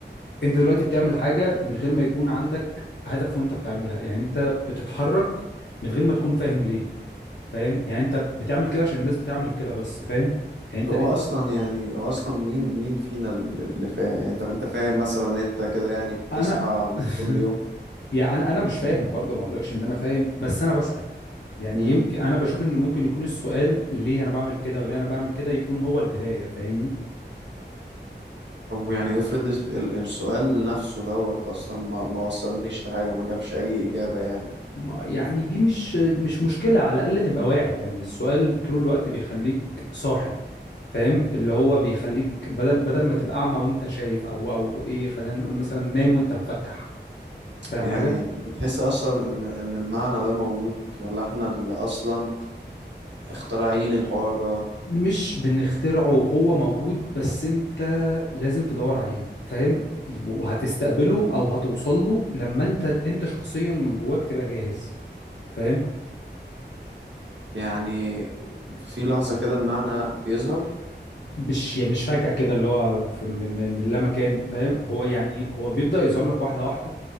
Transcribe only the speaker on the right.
هو
اصلا يعني هو اصلا مين مين فينا اللي فاهم يعني انت انت فاهم مثلا انت كده يعني بتصحى
كل يوم
مم.
طب يعني افرض ال- ال- السؤال نفسه دوت اصلا ما ما وصلنيش لحاجه ما جابش اي اجابه يعني
يعني
بتحس اصلا ان ان المعنى ده موجود ولا احنا اللي اصلا اخترعين الحوار دوت
يعني في لحظه كده المعنى بيظهر